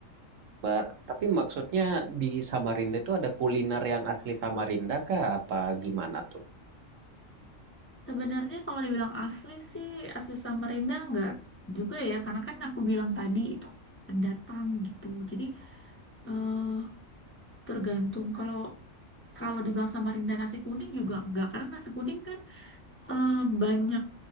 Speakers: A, on the right; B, on the left.
A: bar. Tapi maksudnya di Samarinda itu ada kuliner yang asli Samarinda kah? Apa gimana tuh?
B: sebenarnya kalau dibilang asli sih asli Samarinda enggak juga ya karena kan aku bilang tadi itu pendatang gitu jadi eh, tergantung kalau kalau dibilang Samarinda nasi kuning juga enggak karena nasi kuning kan eh, banyak